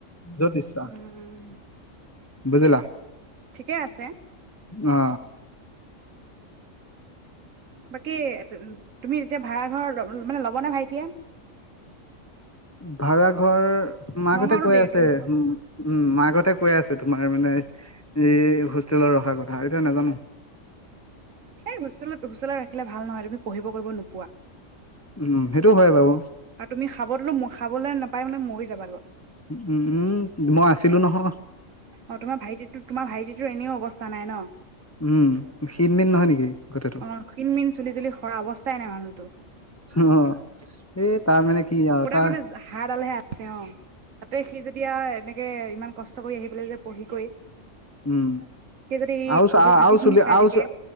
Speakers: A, on the left; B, on the right.
A: য'ত ইচ্ছা
B: উমহ
A: বুজিলা
B: ঠিকে আছে
A: অ
B: বাকী তুমি এতিয়া ভাৰা ঘৰ মানে ল'বনে মানে ভাইটিয়ে।
A: ভাৰা ঘৰ মাক
B: নগাঁওতো
A: হঁতে কৈ
B: দে
A: আছে
B: দূৰ হ'ব
A: উম মাক হঁতে কৈ আছে। তোমাৰ মানে এই হোষ্টেলত ৰখাৰ কথা এতিয়া নেজানো।
B: এই হোষ্টেলত হুচেলত ৰাখিলে ভাল নহয় তুমি পঢ়িব কৰিব নোপোৱা
A: উম সেইটো হয় বাও
B: আৰু তুমি খাব দিলো ম খাবলে নেপাই মানে মৰি যাবা
A: উম উম মই আছিলো নহয়।
B: অ তোমাৰ ভাইটিটো তোমাৰ ভাইটিটোৰ এনেও অৱস্থা নাই ন
A: উম ক্ষীণ মিন নহয় নেকি কথাটো
B: অ ক্ষিন মিন চুলি তুলি কৰা অৱস্থাই নাই মানুহতো
A: অ এই তাৰ মানে কি আৰু
B: সুদা
A: তাৰ
B: মানে হাড়ডালহে অ তাতে সি যেতিয়া এনেকে ইমান কষ্ট কষ্ট কৰি আহি যে পঢ়ি কৰি
A: উম
B: সি যদি
A: আৰু
B: কবি ভাজি
A: আৰু
B: খিনি
A: চুলি
B: খাই
A: আৰু
B: থাকে